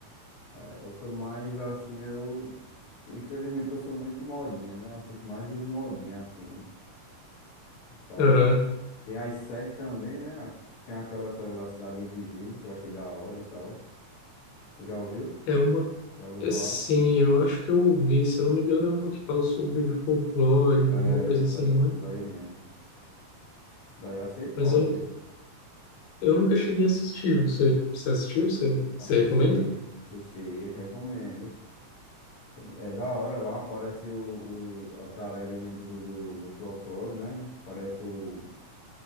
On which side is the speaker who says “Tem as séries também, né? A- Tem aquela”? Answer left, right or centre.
Left